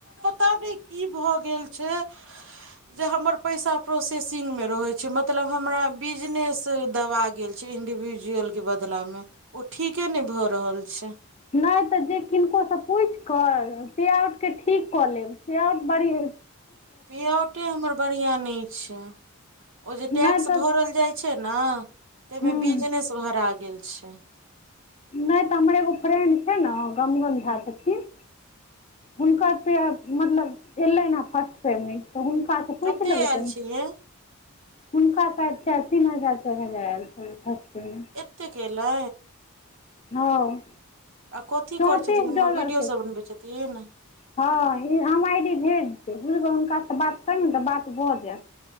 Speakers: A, on the right (about 60°); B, on the left (about 30°).
A: ताबे की भऽ गेल छै। जे हमर पैसा प्रोसेसिंग मे रहै छै मतलब हमरा बिजनेस दवा गेल छै इंडिविजुअल के बदला मे ओ ठीके नै भऽ रहल छै।
B: नै तऽ जे किनकोसँ पूछि क पेआउटके ठीक कऽ लेब पेआउट बरी
A: पिऔटे हमर बढ़िया नै छै ओ जे टैक्स
B: नहि तऽ
A: भरल जाइ छै न तमे
B: हूँ
A: बीजनेस भरा गेल छै।
B: नै तऽ हमर एगो फ्रेंड छै न गमगम
A: ह
B: झा छथिन हुनकर पिऔट मतलब एलनि हँ फर्स्ट पेंमेंट तऽ हुनका पूछि
A: कते
B: लेबै
A: आयल
B: कनी।
A: छै ये
B: हुनका शायद तीन हजार चारि हजार आयल छलै फर्स्ट।
A: एतेक अयलै।
B: हँ।
A: आ कथी
B: चौंतीस
A: करै छथिन
B: डॉलरके
A: वीडियो सब
B: छै
A: बनबै छथिन।
B: हँ ई हम आइ डी भेज देब बुझबै हुनकासँ बात करबै ने तऽ बात भऽ जायत।